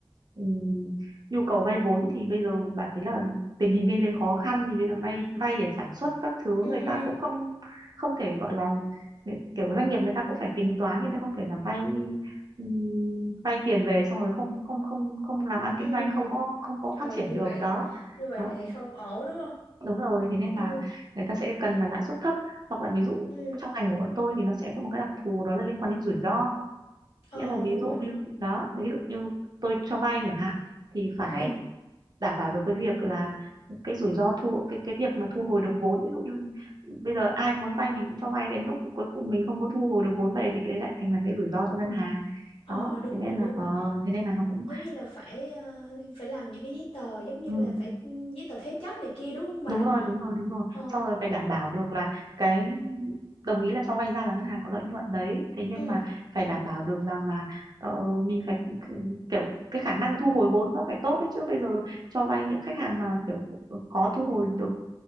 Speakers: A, on the right (about 45°); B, on the left (about 80°).
A: ừm, nhu cầu vay vốn thì bây giờ bà thấy là tình hình kinh tế khó khăn thì bây giờ vay vay để sản xuất các thứ
B: ừ
A: người ta cũng không không thể gọi là kiểu doanh nghiệp người ta cũng phải tính toán người ta không thể là vay ừm, vay tiền về xong rồi không không không không làm ăn
B: Ừ.
A: kinh doanh không có không có
B: Ừ
A: phát triển
B: như
A: được
B: vậy.
A: đó
B: Như vậy
A: đó
B: là không ổn đúng không?
A: đúng rồi thế nên
B: Ừ.
A: là người ta sẽ cần là lãi suất thấp hoặc là ví dụ
B: Ừ.
A: trong ngành của bọn tôi thì nó sẽ có một cái đặc thù đó là liên quan đến rủi ro
B: Ờ
A: nghĩa là ví
B: đúng
A: dụ
B: rồi, đúng
A: như
B: rồi.
A: đó ví dụ như tôi cho vay chẳng hạn thì phải
B: Ừ.
A: đảm bảo được cái việc là cái rủi ro thu cái cái việc mà thu hồi được vốn ví dụ như bây giờ ai muốn vay mình cũng cho vay đến lúc cuối cùng mình không có thu hồi được vốn về thì cái đấy lại thành là cái rủi ro cho ngân hàng
B: Ờ
A: đó
B: đúng
A: thế nên
B: rồi, đúng
A: là ờ
B: rồi. Dạ,
A: thế nên là nó cũng
B: Giống như là phải ờ, phải làm những cái giấy tờ giống như
A: ừ,
B: là phải giấy tờ thế chấp này kia đúng không bà?
A: đúng rồi đúng rồi đúng rồi
B: Ờ.
A: xong rồi phải đảm bảo được là cái đồng ý là cho vay ra là ngân hàng có lợi nhuận đấy thế nhưng
B: Ừ.
A: mà phải đảm bảo được rằng là ờ, mình phải ki- kiểu cái khả năng thu hồi vốn nó phải tốt đấy chứ bây giờ cho vay những khách hàng mà kiểu khó thu hồi được